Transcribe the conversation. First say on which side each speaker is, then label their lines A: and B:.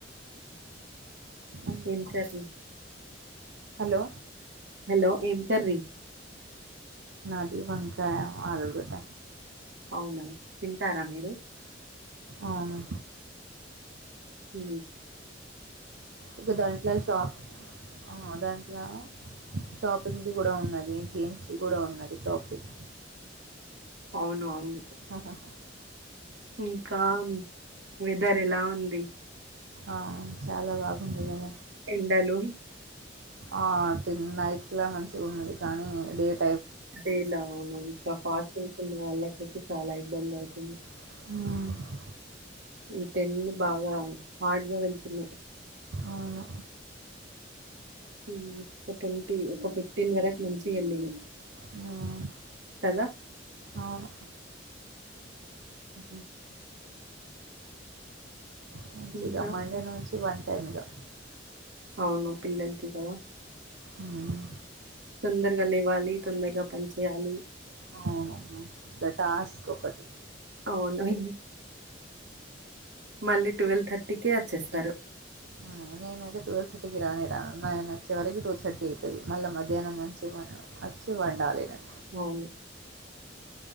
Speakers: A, on the right; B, on the right.
A: అయ్యో
B: ఏం కర్రీ
A: హలో
B: హలో ఏం కర్రీ
A: నది వంకాయ ఆలుగడ్డ
B: అవునా తింటారా మీరు
A: అవును
B: ఊ
A: ఇగ దాంట్ల షాప్ ఆ ద ఇట్లా షాపింగ్ ది గూడా ఉన్నది గేమ్స్ ది గూడా ఉన్నది టాపిక్
B: అవును అవును
A: ఆహాహ
B: ఇంకా వెదర్ ఎలా ఉంది
A: ఆ చాలా బాగుంది గద
B: ఎండలు
A: ఆ తిన్ నైట్లా మంచిగా ఉన్నది కానీ డేట్
B: అదేలా అవును ఇంకా ఫాస్టింగ్స్ వున్నవాలక్ అయితే చాలా ఇబ్బంది అవుతుంది
A: ఊ
B: ఈ టెన్లు బాగా హార్డ్గా వెళ్తున్నాయి
A: అవును.
B: ఊమ్ ఒక ట్వంటీ ఒక ఫిఫ్టీన్ వరకు మంచి ఎల్లినయ్
A: హ్మ్.
B: కదా
A: అవును.
B: ఉ
A: మంచిగా
B: ఇంకా
A: మండే నుంచి వన్ టైమిగా
B: అవును పిల్లలకి కదా
A: హ్మ్.
B: తొందరగా లేవాలి తొందరగా పని చేయాలి
A: అవును. ద టాస్క్ ఒకటి
B: అవును హ్హ్ మళ్ళీ ట్వెల్వ్ థర్టీకే ఒచ్చేస్తారు
A: హ్మ్. నేనైతే టువెల్ ఫిఫ్టీకి రానే రాను నేను వచ్చే వరకు టూ థర్టీ అయితది మళ్ళ మధ్యాహ్నం మంచిగ వచ్చి వండాలి నేను
B: అవును